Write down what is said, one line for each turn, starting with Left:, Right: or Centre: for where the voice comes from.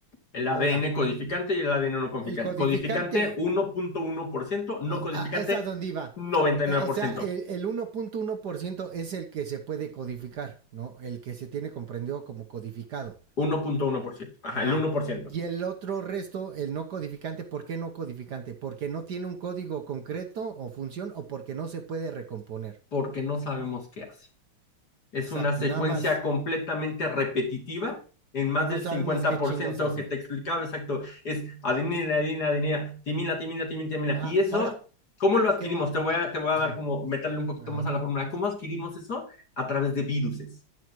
Left: El ADN
Right: Ahora,
Left: codificante y el ADN no codificante.
Right: el codificante,
Left: Codificante uno uno punto uno por ciento, no
Right: o-
Left: codificante
Right: ah, es a donde iba.
Left: noventa
Right: Eh,
Left: y nueve
Right: o
Left: por
Right: sea,
Left: ciento.
Right: el el uno uno punto uno por ciento es el que se puede codificar, ¿no? El que se tiene comprendido como codificado.
Left: Uno uno punto uno por ciento. Ajá,
Right: Ajá.
Left: el uno por ciento,
Right: Y el otro resto, el no codificante, ¿por qué no codificante? Porque no tiene un código concreto o función o porque no se puede recomponer.
Left: porque no sabemos qué hace. es
Right: Exacto,
Left: una secuencia
Right: nada más
Left: completamente repetitiva en más
Right: que no
Left: del
Right: sabemos
Left: cincuenta
Right: qué
Left: por
Right: chingados
Left: ciento
Right: hace.
Left: que te explicaba, exacto, es adenina, adenina, adenina, timina, timina, timina, timina.
Right: Ajá,
Left: Y eso,
Right: ahora,
Left: ¿cómo lo
Right: ¿a
Left: adquirimos?
Right: qué? bu-
Left: Te voy a, te voy
Right: Ujú,
Left: a dar como, meterle un poquito
Right: Ajá.
Left: más a la fórmula. ¿Cómo adquirimos eso? A través de viruses,